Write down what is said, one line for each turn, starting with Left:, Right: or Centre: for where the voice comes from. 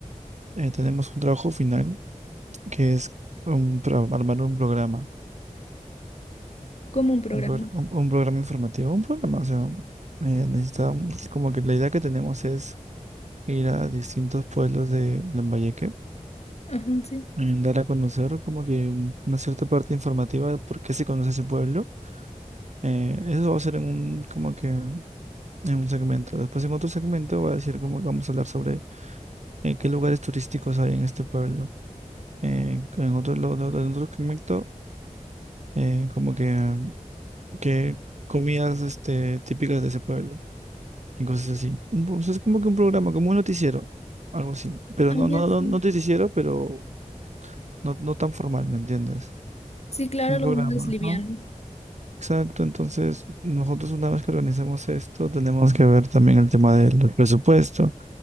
Right: eh, tenemos un trabajo final que es un, pro- armar un programa,
Left: como un programa.
Right: un, progr- un, un programa informativo, un programa, o sea, eh, necesitamos, como que la idea que tenemos es ir a distintos pueblos de Lambayeque,
Left: Ajá, sí.
Right: eh, dar a conocer como que un- una cierta parte informativa de por qué se conoce ese pueblo. Eh, eso va a ser en un, como que en un segmento. Después en otro segmento va a decir como que vamos a hablar sobre eh, qué lugares turísticos hay en este pueblo. Eh, en otro, lo- lo- en otro segmento, eh, como que que comidas este, típicas de ese pueblo y cosas así. Un po- o sea, es como que un programa, como un noticiero, algo así. Pero
Left: Ah,
Right: no,
Left: ya,
Right: no,
Left: sí.
Right: no, no noticiero, pero no, no tan formal, ¿me entiendes?
Left: Sí, claro,
Right: Un
Left: algo
Right: programa,
Left: más liviano.
Right: ¿no? Exacto, entonces nosotros una vez que organizamos esto, tenemos que ver también el tema del presupuesto,